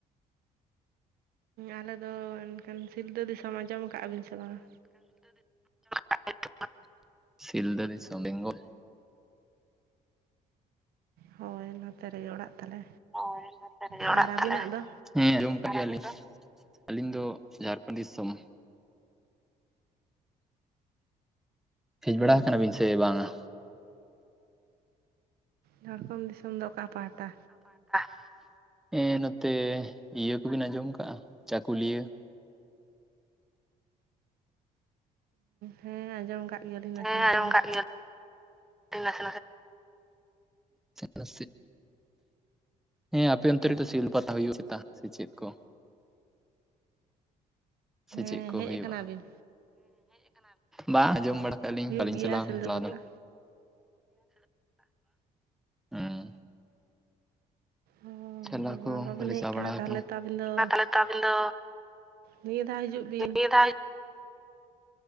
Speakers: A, on the right; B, in the centre.
A: ᱟᱞᱮ ᱫᱚ ᱮᱱᱠᱷᱟᱱ ᱥᱤᱞᱫᱟᱹ ᱫᱤᱥᱚᱢ ᱟᱸᱡᱚᱢ ᱟᱠᱟᱜ-ᱟ ᱵᱤᱱ ᱥᱮ ᱵᱟᱝᱟ?
B: <inaudible> ᱥᱤᱞᱫᱟᱹ ᱫᱤᱥᱚᱢ ᱵᱮᱱᱜᱚᱞ
A: ᱦᱳᱭ ᱱᱚᱛᱮ ᱨᱮᱜᱮ ᱚᱲᱟᱜ ᱛᱟᱞᱮ᱾
B: ᱦᱳᱭ ᱚᱱᱟᱛᱮ ᱨᱮᱜᱮ
A: ᱟᱨ
B: ᱚᱲᱟᱜ
A: ᱟᱹᱵᱤᱱᱟᱜ
B: ᱛᱟᱞᱮ᱾
A: ᱫᱚ
B: ᱦᱮᱸ ᱟᱸᱡᱚᱢ ᱟᱠᱟᱫ ᱜᱮᱭᱟᱞᱤᱧ ᱟᱹᱞᱤᱧ ᱫᱚ ᱡᱷᱟᱲᱠᱷᱚᱸᱰ ᱫᱤᱥᱚᱢ᱾ ᱦᱮᱡ ᱵᱟᱲᱟ
A: ᱚ
B: ᱟᱠᱟᱱᱟ ᱵᱤᱱ ᱥᱮ ᱵᱟᱝᱟ?
A: ᱡᱷᱟᱲᱠᱷᱚᱸᱰ ᱫᱤᱥᱚᱢ ᱫᱚ ᱚᱠᱟ ᱯᱟᱦᱟᱴᱟ?
B: <inaudible> ᱦᱮᱸ ᱱᱚᱛᱮ ᱤᱭᱟᱹ ᱠᱚᱵᱤᱱ ᱟᱸᱡᱚᱢ ᱟᱠᱟᱟᱜ-ᱟ ᱪᱟᱠᱩᱞᱤᱭᱟᱹ?
A: ᱦᱮᱸ ᱟᱸᱡᱚᱢ ᱟᱠᱟᱫ ᱜᱮᱭᱟᱞᱤᱧ
B: ᱦᱮᱸ
A: ᱱᱟᱥᱮ ᱱᱟᱥᱮ
B: ᱟᱸᱡᱚᱢ
A: ᱫᱚ᱾
B: ᱠᱟᱜ ᱜᱮᱭᱟᱞᱤᱧ ᱱᱟᱥᱮ ᱱᱟᱥᱮ ᱱᱟᱮ ᱫᱚ ᱦᱮᱸ ᱟᱯᱮ ᱚᱱᱛᱮ ᱨᱮᱫᱚ ᱥᱤᱞᱫᱟᱹ ᱯᱟᱛᱟ ᱦᱩᱭᱩᱜ ᱪᱮᱛᱟ ᱥᱮ ᱪᱮᱫ ᱠᱚ? ᱥᱮ ᱪᱮᱫ
A: ᱦᱮᱸ
B: ᱠᱚ
A: ᱦᱮᱡ
B: ᱦᱩᱭᱩᱜᱼᱟ?
A: ᱟᱠᱟᱱᱟ ᱵᱤᱱ?
B: ᱵᱟᱝ ᱟᱸᱡᱚᱢ ᱵᱟᱲᱟ ᱠᱟᱜ ᱞᱤᱧ
A: ᱦᱩᱭᱩᱜ
B: ᱵᱟᱹᱞᱤᱧ
A: ᱜᱮᱭᱟ
B: ᱪᱟᱞᱟᱣ
A: ᱥᱤᱞᱫᱟᱹ
B: ᱠᱟᱱᱟ ᱪᱟᱞᱟᱣ
A: ᱯᱟᱛᱟ
B: ᱫᱚ᱾ ᱦᱩᱸ
A: ᱚ
B: ᱪᱟᱞᱟᱣ
A: ᱵᱟᱵᱟ
B: ᱠᱚ
A: ᱵᱟᱹᱵᱤᱱ
B: ᱵᱟᱞᱮ
A: ᱦᱮᱡ
B: ᱪᱟᱞᱟᱣ
A: ᱠᱟᱱᱟ
B: ᱵᱟᱲᱟ ᱟᱠᱟᱱᱟ᱾
A: ᱛᱟᱦᱚᱞᱮ ᱛᱚ ᱟᱹᱵᱤᱱ ᱫᱚ
B: ᱢᱟ ᱛᱟᱦᱚᱞᱮ ᱛᱚ ᱟᱵᱤᱱ ᱫᱚ
A: ᱱᱤᱭᱟᱹ ᱫᱷᱟᱣ ᱦᱤᱡᱩᱜ ᱵᱤᱱ?
B: ᱱᱤᱭᱟᱹ ᱫᱷᱟᱣ